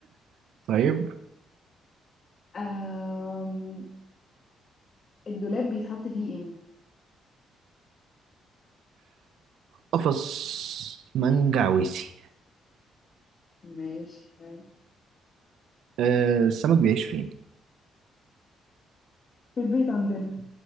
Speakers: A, on the right; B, on the left.
A: طيب
B: آم... الدولاب بيتحط فيه ايه
A: قفص منجعويسي
B: ماشي حلو
A: أه السمك بيعيش فين؟
B: في البيت عندنا